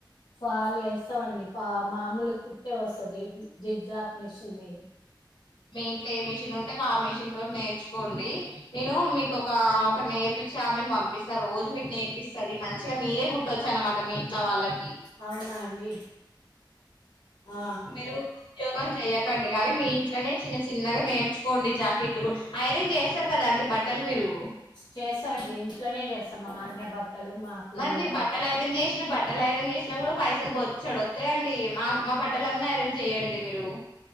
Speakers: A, on the left; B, on the left.
A: ఫాల్ యస్ అండి పా మామూలు కుట్టే ఒస్తది జిజాక్ మిషన్ లేదు
B: మీ ఇంట్లో ఏ మిషన్ ఉంటే వా మిషన్ తోటి నేర్చుకోండి నేను మీకు ఒక ఒక నేర్పిచ ఆమని పంపిస్తా రోజు మీకు నేర్పిస్తది మంచిగా మీరే కుట్టొచ్చు అనమాట మీ ఇంట్లో వాళ్ళకి
A: అవునా అండి. ఆ
B: మీరు ఉద్యోగం చెయ్యకండి కాని మీ ఇంట్లనే చిన్న చిన్నగా నేర్చుకోండి జాకెట్లు కు ఐరెన్ చేస్తరు కదా అండి బట్టలు మీరు
A: చేస్తా అండి ఇంట్లోనే చేస్తాం మా ఆయన బట్టలు మా పిల్లలయి
B: మరి మీర్ బట్టలు ఇరన్ చేసినా బట్ బట్టలు ఐరన్ చేసినా కూడా పైసలు బొచ్చడు ఒత్తయండి మ మా బట్టలు అన్నీ ఐరన్ చేయ్యండి మీరు